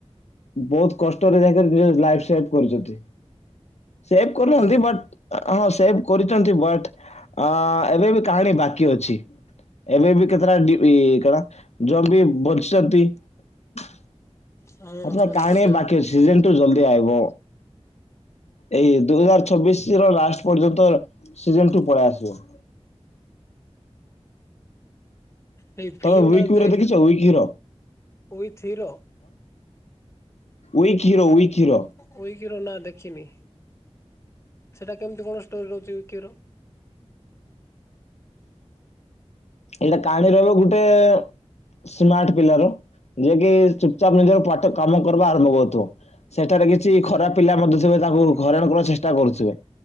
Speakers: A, on the left; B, on the left.
A: ବହୁତ କଷ୍ଟରେ ଯାଇଁ କରି ନିଯ ଲାଇଭ୍ ସେଭ୍ କରିଛନ୍ତି ସେଭ୍ କରିନାହାନ୍ତି
B: ହୁଁ
A: ବଟ୍ ହଁ ସେବେ କରିଛନ୍ତି ବଟ୍ ଅ ଏବେ ବି କାହାଣୀ ବାକି ଅଛି। ଏବେ ବି କେତେଟା ଡି ଇଏ କଣ ଯୋଉ ଜମ୍ବି ବଞ୍ଚିଛନ୍ତି ଆପନା
B: ହଁ ହଁ
A: କାହାଣୀ
B: ନିଶ୍ଚୟ
A: ବାକି ଅଛି ଜେନନ୍ତୁ ଜଲଦି ଆଇବ। ଏଇ ଦୁଇ ହଜାର ଛବିଶ ର ଲାଷ୍ଟ ପର୍ଯ୍ୟନ୍ତ ସିଜନ ଟୁ ପଳେଇ ଆସିବ।
B: ଏଇ ଫିଲ୍ମ
A: ତମେ ଉୱକ୍
B: ଟା
A: ହିର
B: ଦେ
A: ଦେଖିଛ ଉୱକ୍ କଣ।
B: ଉଇଥି hero
A: weak hero weak hero.
B: Weak hero ନାଁ ଦେଖିନି ସେଟା କେମତି କଣ ଷ୍ଟୋରି ରହୁଛି ଉୱକିର
A: ଏଟା କାଣୀ ରହିବ ଗୋଟେ ସ୍ମାର୍ଟ ପିଲ ର ଯିଏ କି ଚୁପ୍ଚାପ୍ ନିଜର ପାଠ କାମ କର୍ବା ଆରମ୍ଭ କରିଥିବା। ସେଠାରେ କିଛି ଖରାପ ପିଲା ମଧ୍ୟ ଥିବେ ତାକୁ ହେଇରାଣ କରିବାକୁ ଚେଷ୍ଟା କରୁଥିବେ।